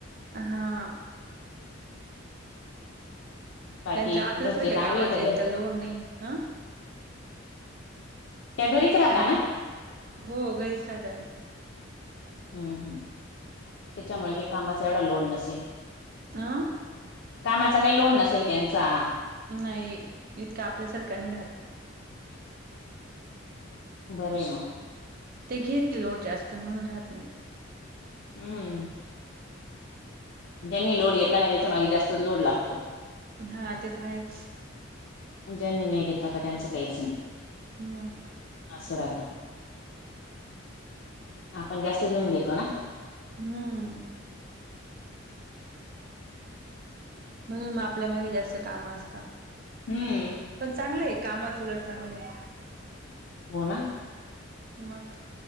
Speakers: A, on the right; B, on the left.
A: हाय हा...
B: बाकी
A: त्यांच्या आपल्यासारख्या
B: घरचे चांगले
A: कामाच
B: सगळे?
A: इतका लोड नाही हं..
B: त्या घरीच राहता
A: काय झालं
B: ना..
A: हो घरीच राहत्या..
B: हम्म हम्.. त्याच्यामुळे हे कामाचा एवढा लोड नसेल..
A: आं?
B: कामाचा काही लोड नसेल त्यांचा..
A: नाही इतकं आपल्यासारखा नाही राहत..
B: बरंय आहे म
A: ते घेत नाही जास्त लोड म्हणून राहत नाही..
B: हम्म.. ज्यांनी लोड घेतला का त्याच्या माग जास्तच लोड लागतो..
A: हा ते तर आहेच..
B: ज्यांनी नाही घेतला का त्यांचं काहीच नाही..
A: मंग?
B: असं राहत, आता आपण जास्त घेऊन घेतो ना..
A: हम्म. म्हणून मग आपल्या मागे जास्त काम असत.
B: हम्म.
A: पण चांगलंय कामच उलट चांगलंय.
B: हो ना?
A: मग.